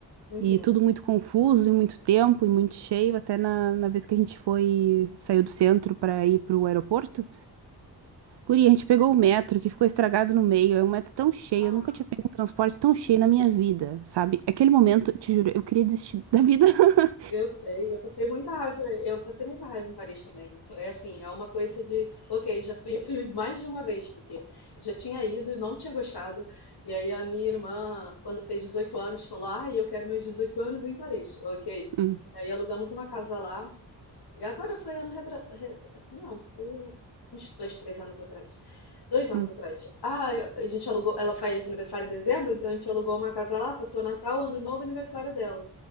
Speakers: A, on the left; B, on the right.
A: Uhum.
B: E tudo muito confuso, e muito tempo, e muito cheio. Até na, na vez que a gente foi, saiu do centro para ir pro aeroporto. Guri, a gente pegou o metro que ficou estragado no meio. É um metro tão cheio,
A: Ah,
B: eu nunca tinha pego um transporte tão cheio na minha vida, sabe? Aquele momento, te juro, eu queria desistir da vida. <laughs>
A: eu sei, eu passei muita raiva, eu passei muita raiva em Paris também. Foi é assim, é uma coisa de, ok, já fui, eu fui mais de uma vez, porque já tinha ido e não tinha gostado. E aí a minha irmã, quando fez 18 anos, falou: "Ah, eu quero meus 18 anos em Paris". OK.
B: Hum,
A: Aí alugamos uma casa lá. E agora foi ano retra... re- Não, foi uns dois, três anos atrás. Dois anos
B: hum,
A: atrás. Ah, a gente alugou. Ela faz aniversário em dezembro, então a gente alugou uma casa lá, passou Natal, Ano Novo e aniversário dela.